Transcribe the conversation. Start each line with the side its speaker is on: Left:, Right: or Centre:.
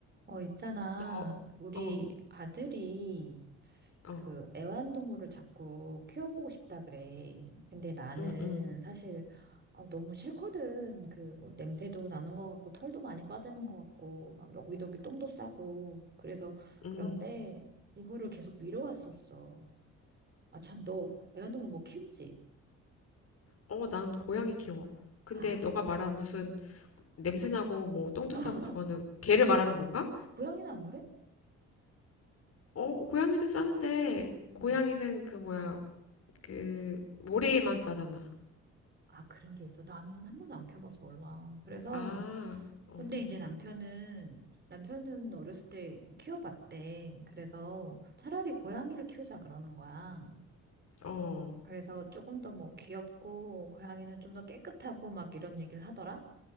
Right: 어, 있잖아.
Left: 어,
Right: 우리
Left: 어,
Right: 아들이 그
Left: 어,
Right: 애완동물을 자꾸 키워보고 싶다 그래. 근데 나는
Left: 응, 응,
Right: 사실 아, 너무 싫거든. 그 뭐 냄새도 나는 것 같고 털도 많이 빠지는 것 같고 막 여기저기 똥도 싸고. 그래서
Left: 응.
Right: 그런데 이거를 계속 미뤄왔었어. 아, 참, 너 애완동물 뭐 키우지?
Left: 어, 난 고양이 키워. 근데
Right: 아,
Left: 너가 말한 무슨 냄새나고 뭐 똥도
Right: <laughs>
Left: 싸고 그거는 개를 말하는 건가?
Right: 고양이는 안 그래?
Left: 어, 고양이도 싸는데
Right: 음.
Left: 고양이는 그 뭐야 그 모래만 싸잖아.
Right: 아, 그런 게 있어. 나는 한 번도 안 키워봐서 몰라. 그래서,
Left: 아, 어,
Right: 근데 이제 남편은, 남편은 어렸을 때 키워봤대. 그래서 차라리 고양이를 키우자 그러는 거야.
Left: 어,
Right: 그래서 조금 더 뭐 귀엽고, 고양이는 좀 더 깨끗하고 막 이런 얘기를 하더라.